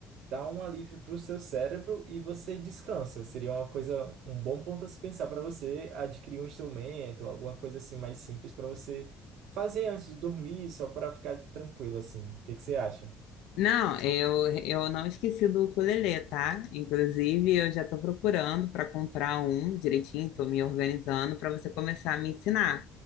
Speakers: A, on the right (about 65°); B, on the left (about 80°).
A: dá um alívio para o seu cérebro e você descansa. Seria uma coisa, um bom ponto a se pensar para você adquirir um instrumento, alguma coisa assim mais simples para você fazer antes de dormir, só para ficar tranquilo assim. O que que você acha?
B: Não, eu, eu não esqueci do ukulele, tá? Inclusive, eu já tô procurando para comprar um direitinho, tô me organizando para você começar a me ensinar.